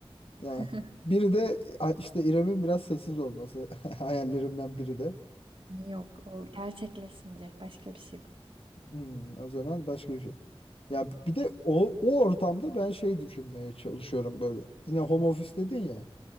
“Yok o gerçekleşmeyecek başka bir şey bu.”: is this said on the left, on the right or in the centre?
Right